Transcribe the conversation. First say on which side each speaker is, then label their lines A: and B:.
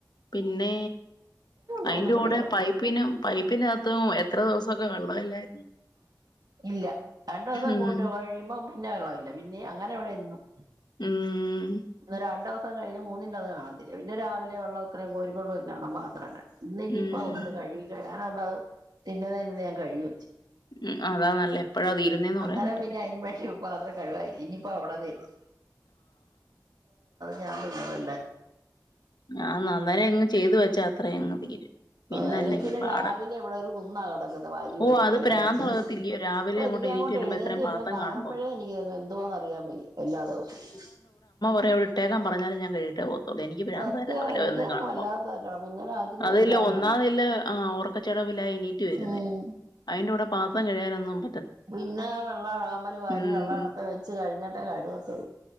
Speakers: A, on the left; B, on the right.
A: പിന്നെ
B: തൂക്കി
A: അയിന്റെ
B: പിടിക്കാൻ
A: കൂടെ
B: വയ്യ
A: പൈപ്പിനും പൈപ്പിനകത്തും എ എത്ര ദിവസമൊക്കെ വെള്ളമില്ലായിരുന്നു.
B: ഇല്ല. രണ്ട് ദിവസം <unintelligible>
A: ഉം
B: പിന്നെ വെള്ളമില്ല പിന്നെ അങ്ങനെ ഇവിടെ എന്നും.
A: മ്....
B: <unintelligible> കഴിഞ് മൂന്നിന്റെ അത് കാണത്തില്ല. പിന്നെ രാവിലെ വെള്ളം ഇത്രയും കോരി കൊണ്ട് <unintelligible> ഇന്ന് ഇനിയിപ്പ
A: ഉം
B: ഒത്ത് കഴുകി <unintelligible> <unintelligible> ഞാൻ കഴുകി വച്ചു.
A: ഉം അതാ നല്ല എപ്പഴാ തീരുന്നേന്ന്
B: അന്നേരം
A: പറയാൻ പറ്റത്തില്ല
B: പിന്നെ <unintelligible> കഴുവാനില്ല ഇനി ഇപ്പ അവിടെ അതെയുള്ളു. ഞാൻ തിന്നത്.
A: ആഹ അന്നേരം ഇങ്ങ് ചെയ്തു വെച്ചാ. അത്രയും <unintelligible> തീരും
B: ആ അല്ലെ
A: അല്ലെങ്കി
B: പിന്നെ
A: പാടാ
B: രാവിലെ ഇവിടെ ഒരു കുന്നാ കിടക്കുന്നത് വാരി
A: ഓ അത്
B: എല്ലാ
A: പ്രാന്തളകത്തില്ലയോ
B: <unintelligible> അപ്പ
A: രാവിലെ
B: എനിക്ക്
A: എണീറ്റ്
B: അങ്ങോട്ട്
A: വരുമ്പോ
B: എഴുന്നേറ്റ്
A: എത്രയും പാത്രം
B: എല്ലാം കാണുമ്പോഴേ
A: കാണുമ്പോ
B: എനിക്ക് എന്തുവാന്ന് അറിയാൻ വയ്യ എല്ലാ ദിവസവും -
A: അ എവിട്ടേക്കാൻ പറഞ്ഞല് ഞാൻ കഴിക്കിട്ടെ പോകു എനിക്ക് പ്രാന്ത
B: സത്യം
A: രാവിലെ
B: എനിക്ക്
A: വന്ന് കാണുമ്പോം
B: വല്ലാത്ത പിന്നെ രാത്രി
A: അതല്ല
B: വയ്യ വെള്ളം
A: ഒന്നാതില്ല ഉറക്ക <unintelligible> <unintelligible> എണിറ്റു വരുന്നേ
B: ഉം
A: ആയിന്റെ കൂടെ പാത്രം കഴികാനൊന്നും പ
B: പിന്നെ ഞാൻ വെള്ളം <unintelligible> വാരി
A: ഉം
B: വെള്ളം ഇടത്ത് വെച്ച് കഴിഞ്ഞിട്ടേ കഴുവത്തുള്ളൂ